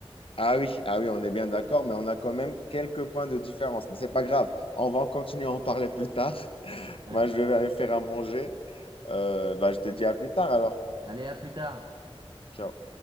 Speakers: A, on the left; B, on the right.
A: Ah oui, ah oui, on est bien d'accord, mais on a quand même quelques points de différence. Mais c'est pas grave, on va en continuer à en parler plus tard. <laughs>
B: Vas-y.
A: Moi, je vais aller faire à manger. Euh, bah, je te dis à plus tard alors.
B: allez à plus tard
A: Ciao.